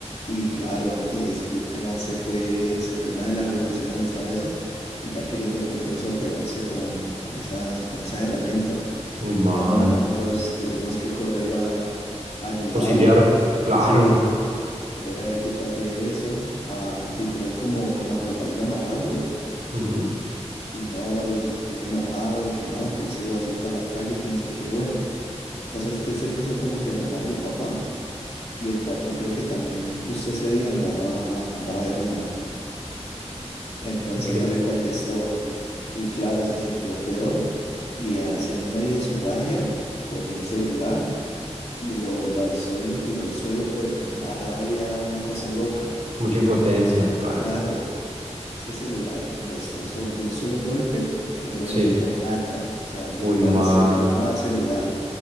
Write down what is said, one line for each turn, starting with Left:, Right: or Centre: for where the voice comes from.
Left: Y claro, y, es, y ese man se fue, se fue a una de las habitaciones donde estaba eso y ya queriendo coger eso a pegarse con, con esas, con esas herramientas.
Right: Uy,
Left: Y
Right: mano.
Left: no, nosotros tuvimos que correr a, a ayudarlo.
Right: Auxiliar. Claro.
Left: Sí. Correr ahí a quitarle eso, a literal como, como a tratar de amarrarlo.
Right: Ujú.
Left: Y no, y, y él enojado, que no, que él se iba así para la calle, que no sé qué. Bueno, el caso es que él se puso como que a llamar al papá y el papá creo que también justo ese día andaba, andaba de rumba. Entonces
Right: Ok.
Left: no le contestó y claro, se sintió peor y así en medio de su rabia cogió el celular y lo, lo alzó y lo tiró al suelo, pero con una rabia, una cosa loca.
Right: Mucha impotencia, claro.
Left: Claro, Ese celular lo destrozó de un solo golpe, quedó vuelto
Right: Sí.
Left: nada. O sea, literal
Right: Uy, mano.
Left: se llamaba celular.